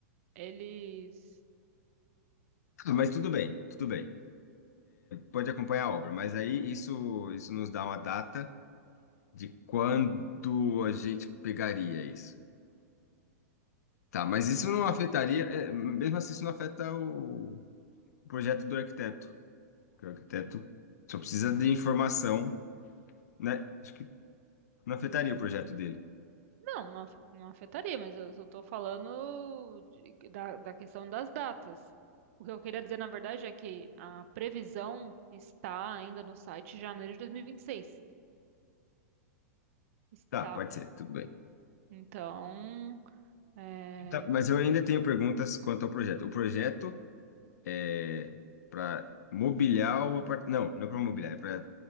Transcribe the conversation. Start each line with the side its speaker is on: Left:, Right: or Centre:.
Right: eles...
Left: Ah, Mas tudo bem, tudo bem. Pode acompanhar a obra, mas aí isso, isso nos dá uma data De quando a gente pegaria isso? Tá, mas isso não afetaria, é, mesmo assim, isso não afeta o, o projeto do arquiteto, porque o arquiteto só precisa de informação, né? Acho que não afetaria o projeto dele.
Right: Não, não, af- não afetaria, mas eu só tô falando de- da, da questão das datas. O que eu queria dizer, na verdade, é que a previsão está ainda no site de janeiro de dois mil e e vinte e seis, Está.
Left: Tá, pode ser, tudo bem.
Right: Então, é,
Left: Tá, mas eu ainda tenho perguntas quanto ao projeto. O projeto é para mobiliar o apartamento. Não, não é para mobiliar, é para